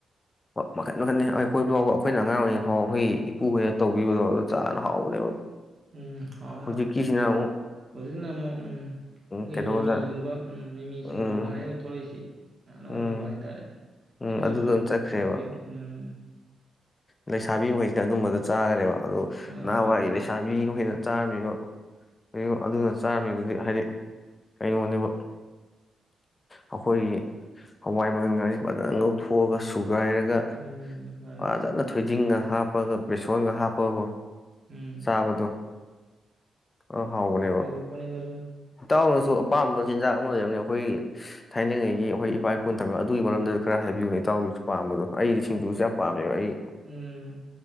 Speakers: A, on the left (about 30°); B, on the right (about 40°).
A: ꯃꯈꯟ ꯃꯈꯟ ꯑꯩꯈꯣꯏ ꯐꯥꯎꯕ ꯑꯩꯈꯣꯏꯅ ꯑꯉꯥꯡ ꯑꯣꯏꯔꯤꯉꯩ ꯐꯥꯎꯕ ꯑꯩꯈꯣꯏ ꯏꯄꯨ ꯍꯣꯏꯅ ꯇꯧꯕꯤꯕꯗꯣ ꯑꯗꯨ ꯆꯥꯅ ꯍꯥꯎꯕꯅꯦꯕ
B: ꯎꯝ ꯍꯣꯏꯣꯏ
A: ꯍꯧꯖꯤꯛꯀꯤꯁꯤꯅ
B: ꯍꯣꯏ
A: ꯑꯃꯨꯛ
B: ꯍꯧꯖꯤꯛꯅ ꯑꯃꯨꯛ ꯎꯝ ꯑꯩꯈꯣꯏꯒꯤ
A: ꯀꯩꯅꯣꯗ
B: ꯃꯤꯃꯤꯒꯨꯝꯕ ꯎꯝ ꯃꯤꯃꯤ
A: ꯎꯝ
B: ꯁꯤꯡꯖꯨ ꯀꯥꯏꯗ ꯊꯣꯛꯂꯛꯏꯁꯤ ꯑꯅꯧ
A: ꯎꯝ
B: ꯑꯅꯧꯕ ꯍꯥꯏꯇꯥꯔꯦ
A: ꯎꯝ
B: ꯁꯤꯖ
A: ꯑꯗꯨꯗ
B: ꯑꯗꯨꯝ
A: ꯆꯠꯈ꯭ꯔꯦꯕ
B: ꯍꯥꯎꯋꯏ ꯎꯝ
A: ꯂꯩꯁꯥꯕꯤ ꯃꯈꯩꯁꯤꯅ ꯑꯗꯨꯝꯕꯗ ꯆꯥꯒꯅꯦꯕ ꯑꯗꯣ
B: ꯃꯥꯅꯤ
A: ꯅꯥꯍꯦꯅꯋꯥꯏ
B: ꯃꯥꯅꯤ
A: ꯂꯩꯁꯥꯕꯤ ꯑꯩꯈꯣꯏꯅ ꯆꯥꯔꯝꯃꯤꯕ ꯀ ꯑꯗꯨꯅ ꯆꯥꯔꯝꯃꯤꯗꯨꯗꯤ ꯍꯥꯏꯗꯤ ꯀꯔꯤꯒꯨꯝꯕꯅꯦꯕ ꯑꯩꯈꯣꯏꯒꯤ ꯍꯋꯥꯏ ꯃꯪꯒꯟꯒꯁꯤ ꯉꯧꯊꯣꯀꯥꯒꯥ ꯁꯨ ꯁꯨꯒꯥꯏꯔꯒ
B: ꯎꯝ ꯃꯥꯅꯤ
A: ꯐꯖꯅ
B: ꯃꯥꯅꯤ
A: ꯊꯣꯏꯗꯤꯡꯉ ꯍꯥꯞꯄꯒ ꯕꯦꯁꯣꯟꯒ ꯍꯥꯞꯄꯒꯥ
B: ꯎꯝ
A: ꯀꯦ ꯆꯥꯕꯗꯣ ꯑ ꯍꯥꯎꯕꯅꯦꯕ
B: ꯍꯥꯎꯒ꯭ꯔꯄꯣꯠꯅꯤꯗ ꯑꯗꯨꯝ
A: ꯏꯇꯥꯎꯅꯁꯨ ꯑꯄꯥꯝꯕ ꯆꯤꯟꯖꯥꯛ ꯑꯃ ꯂꯩꯔꯝꯅꯤ ꯑꯩꯈꯣꯏ ꯊꯥꯏꯅꯉꯩꯒꯤ ꯑꯩꯈꯣꯏ ꯏꯄꯥ ꯏꯄꯨꯟ ꯊꯝ ꯑꯗꯨꯒꯤ ꯃꯔꯝꯗ ꯈꯔ ꯍꯥꯏꯕꯤꯌꯨꯅꯦ ꯏꯇꯥꯎ ꯍꯧꯖꯤꯛꯁꯨꯥꯝꯕꯗꯣ ꯑꯩꯗꯤ ꯁꯤꯡꯖꯨꯁꯦ ꯌꯥꯝ ꯄꯥꯝꯃꯦꯕ ꯑꯩ
B: ꯎꯝ